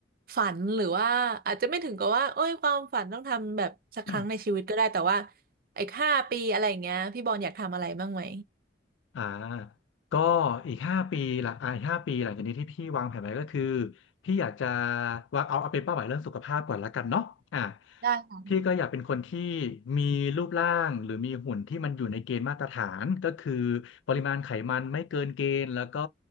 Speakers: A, on the right; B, on the left.
A: ฝันหรือว่าอาจจะไม่ถึงกับว่าเอ้ยความฝันต้องทำแบบสักครั้งในชีวิตก็ได้แต่ว่า
B: <laughs>
A: ไอ้ห้าปีอะไรอย่างเงี้ยพี่บอลอยากทำอะไรบ้างไหม
B: อ่าก็อีกห้าปีหลังอ่าอีกห้าปีหลังจากนี้ที่พี่วางแผนไว้ก็คือพี่อยากจะวางเอาเอาเป็นเป้าหมายเรื่องสุขภาพก่อนละกันเนาะอ่า
A: ได้ค่ะ
B: พี่ก็อยากเป็นคนที่มีรูปร่างหรือมีหุ่นที่มันอยู่ในเกณฑ์มาตรฐานก็คือปริมาณไขมันไม่เกินเกณฑ์แล้วก็